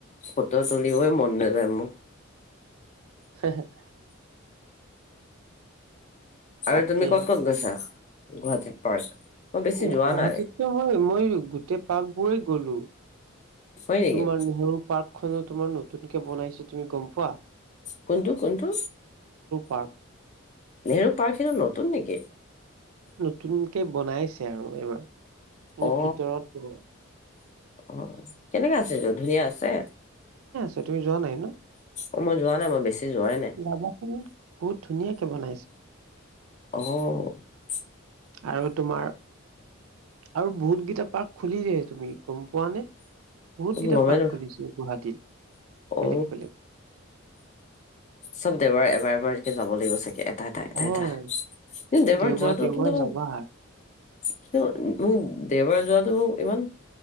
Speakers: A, on the left; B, on the right.
A: ফটো তুলিবই মন নাযায় মোক।
B: হ হ <inaudible>
A: আৰু
B: তাকে
A: তুমি ক'ত ক'ত গৈছা গুৱাহাটীত? পাৰ্ক মই বেছি
B: গুৱাহাটীততো
A: যোৱা নাই
B: মই মই গোটেই পাৰ্ক গলো
A: হয় নেকি
B: তোমাৰ নহৰু পাৰ্ক খনো তোমাৰ নতুনকে বনাইছে তুমি গম পোৱা?
A: কোনটো কোনটো?
B: পাৰ
A: নেহেৰু পাৰ্ক খেইটো নতুন নেকি?
B: নতুনকে বনাইছে আৰু এইবাৰ, মানে
A: অ
B: ভিতৰৰটোৱে।
A: অ কেনেকা আছে য ধুনীয়া আছে?
B: তে তুমি যোৱা নাই ন?
A: অ, মই যোৱা নাই মই বেছি যোৱাই নাই
B: যাবাচোন বহুত ধুনীয়াকে বনাইছে।
A: অহ ',
B: আৰু তোমাৰ আৰু বহুতকেইটা পাৰ্ক খুলিলে, তুমি গম পোৱা নে? বহুতকেইটা
A: গমেই নাপাওঁ
B: পাৰ্ক খুলিছে গুৱাহাটীত
A: অ
B: বেলেগ বেলেগ।
A: চব দেওবাৰ এবাৰ এবাৰকে যাব লাগিব চাগে এটা
B: অ'
A: এটা দেওবাৰে
B: দেওবাৰ
A: যোৱাটো
B: দেওবাৰ
A: কিন্তু
B: যাবা
A: কিন্তু মোক দেওবাৰে যোৱাটো মোক ইমান